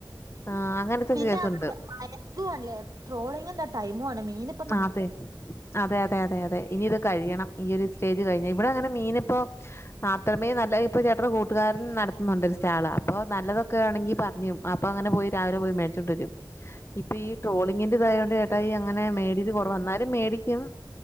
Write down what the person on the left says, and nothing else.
ആഹ് അങ്ങനത്തെ
കേസുണ്ട്
ആഹ് അതെ. അതെ അതെ അതെ അതെ ഇനി ഇത് കഴിയണം ഈ ഒരു സ് സ്റ്റേജ് കഴിഞ്ഞ് ഇവടെ അങ്ങനെ മീൻ ഇപ്പോ മാത്രമേ നല്ല ഇപ്പ ചേട്ടടെ കൂട്ടുകാരൻ നട ത് ന്നുണ്ട് ഒരു സ്റ്റാള്. അപ്പോ നല്ലതൊക്കെ ആണെങ്കി പർയും അപ്പൊ അങ്ങനെ പോയി രാവിലെ പോയി മേടിച്ചോണ്ട് വരും. ഇപ്പീ ട്രോളിങ്ങിന്റെ ഇതായോണ്ട് ചേട്ടായി അങ്ങനെ മേടീര് കൊറവാ എന്നാലും മേടിക്കും.